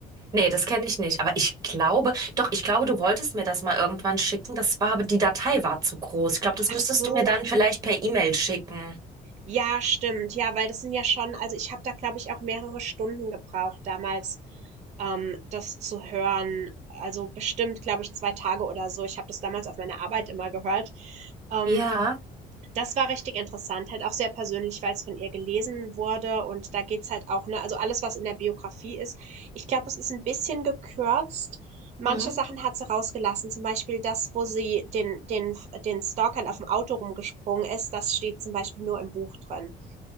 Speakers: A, on the right; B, on the right.
A: Nee, das kenne ich nicht. Aber ich glaube, doch, ich glaube, du wolltest mir das mal irgendwann schicken. Das war aber, die Datei war zu groß. Ich glaube, das
B: Ach
A: müsstest
B: so,
A: du mir dann vielleicht per E-Mail schicken.
B: ja, stimmt. Ja, weil das sind ja schon, also ich habe da, glaube ich, auch mehrere Stunden gebraucht damals, ähm, das zu hören. Also bestimmt, glaube ich, zwei Tage oder so. Ich habe das damals auf meiner Arbeit immer gehört. Ähm,
A: Ja.
B: Das war richtig interessant, halt auch sehr persönlich, weil es von ihr gelesen wurde und da geht's halt auch, ne, also alles, was in der Biografie ist. Ich glaube, es ist ein bisschen gekürzt. Manche
A: Mhm.
B: Sachen hat sie rausgelassen, zum Beispiel das, wo sie den, den, den Stalkern auf dem Auto rumgesprungen ist, das steht zum Beispiel nur im Buch drin.